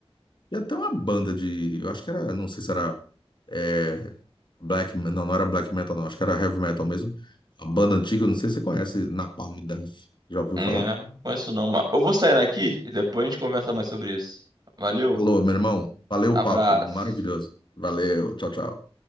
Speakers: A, on the left; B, on the right.
A: E até uma banda de, eu acho que era, não sei se era é, black, não, não era black metal não, acho que era heavy metal mesmo. A banda antiga, não sei se você conhece, Napalm Death. Já ouviu
B: É,
A: falar?
B: não conheço não, mas eu vou saindo aqui e depois a gente conversa mais sobre isso. Valeu,
A: Alô, meu irmão, valeu
B: abraço.
A: o papo, maravilhoso. Valeu, tchau, tchau.